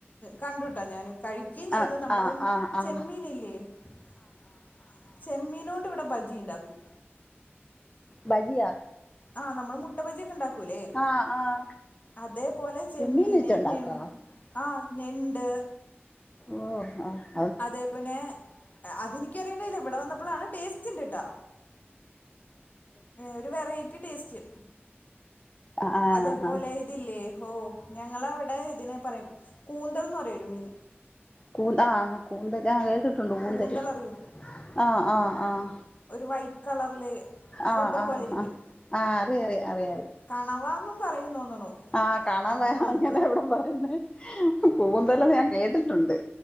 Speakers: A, on the left; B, on the left.
A: കണ്ടുട്ടാ ഞാന് കഴി കീൻചെയ്ത
B: ആ
A: നമ്മടെം
B: ആ ആ ആ
A: ചെമ്മീനില്ലേ ആഹ് ചെമ്മീനോണ്ട് ഇവടെ ബജി ഇണ്ടാക്കും
B: ബജിയാ
A: ആഹ് നമ്മള് മുട്ട ബജിയെക്കെ ഇണ്ടാക്കൂലേ
B: ആഹ് ആഹ്
A: അതെപോലെ ചെമ്മീന്
B: ചെമ്മീൻ വെച്ചുണ്ടാക്കോ
A: ഞെൺ ആഹ് ഞെണ്ട്
B: ഓഹ് ആഹ്
A: അതേ പിന്നെ അതെനിക്ക അറിയണ്ടായില്ല ഇവിടെ വന്നപ്പോളാണ് ടേസ്റ്റണ്ട് ട്ടാ ഒരു വെറൈറ്റി ടേസ്റ്റ്
B: ആഹ് ആഹ്
A: അതേപോലെ
B: ആഹ്
A: ഇ ഇതില്ലേ ഓഹ് ഞങ്ങളവിടെ ഇതിനെ പറയും കൂന്തൽ എന്ന് പറയ ഒരു മീൻ
B: കൂന്ത ആഹ് കൂന്തല് ആഹ് കേട്ടിട്ടുണ്ട് കൂന്തല്
A: കൂന്തൽ അറിയോ
B: ആഹ് ആഹ് ആഹ്
A: ഒരു വൈറ്റ് കളറിലെ
B: ആഹ്
A: റബ്ബർ
B: ആഹ്
A: പോലെ ഇരിക്കും
B: ആഹ് ആഹ് അറിയറിയ അറിയറിയ
A: കണവാന്നും പറയ തോന്നണു.
B: ആഹ് കണ
A: അറിഞ്ഞൂടാ
B: വരാഞ്ഞ
A: എനിക്ക്
B: ന്ന ഇവടെ വരന്നെ കൂന്തല് ഞാൻ കേട്ടിട്ടുണ്ട്.